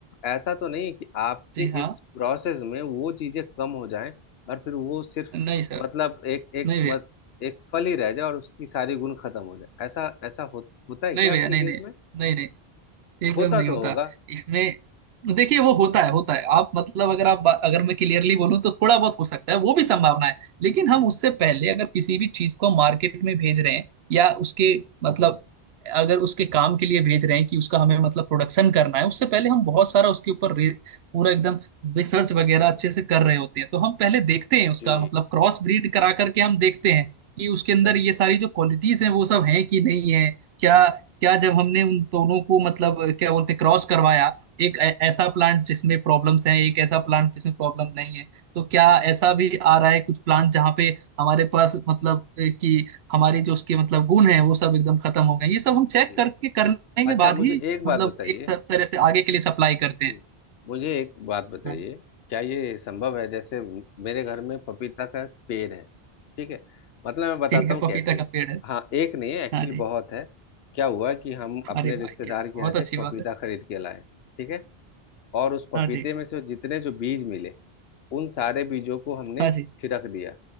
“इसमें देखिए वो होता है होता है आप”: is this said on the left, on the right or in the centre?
Right